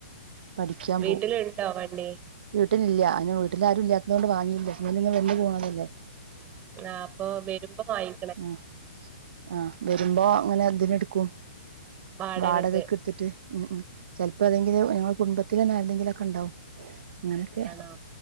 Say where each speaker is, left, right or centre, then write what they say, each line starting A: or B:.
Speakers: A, on the right (about 60°); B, on the right (about 25°).
A: പഠിക്കാൻ
B: വീട്ടിലുണ്ടോ
A: പോവും
B: വണ്ടി
A: വീട്ട്ലില്ല അയ്ന് വീട്ടിലാരുല്ലാത്തോണ്ട് വാങ്ങില്ല ഹസ്ബന്റ് ങ്ങ വെന്ന് പോണതല്ലേ
B: ആ അപ്പൊ വെരുമ്പൊ വാങ്ങി
A: ഉം ആ വെരുമ്പോ ങ്ങനെ ന്തിനെട്ക്കും
B: വാടകക്ക്
A: വാടകക്ക്ട്ത്തിട്ട് ഉം ഉം ചെൽപ്പോ ഏതെങ്കിലും ഞങ്ങളെ കുടുംബത്തിലെന്നെ ആരെതെങ്കിലൊക്കെണ്ടാവും അങ്ങനൊക്കെ
B: ആണോ